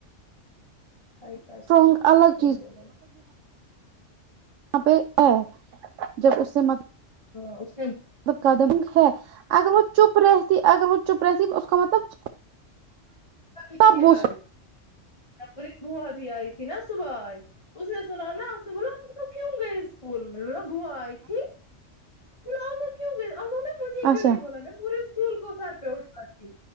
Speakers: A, on the left; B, on the right.
A: کیا ہی کر
B: اسٹرانگ
A: سکتے آپ
B: الگ
A: کیسے بولیں گے
B: وہاں پہ ہے جب اس سے مت
A: ہاں
B: قدم ہے اگر وہ چپ رہتی اگر وہ چپ رہتی اس کو مطلب <inaudible>
A: تھی
B: تب وہ
A: حل <unintelligible> پوری بوا بھی آئی تھی نا سباش اس نے سنا نا آپ نے بولا کیوں گئے اسکول میں ب بوا آئی تھی <unintelligible> بولا آپ کیوں گیا انہوں مجھے
B: اچھا
A: کیوں نہیں بولا میں پورے اسکول کو کو سر پہ اٹھ کر ت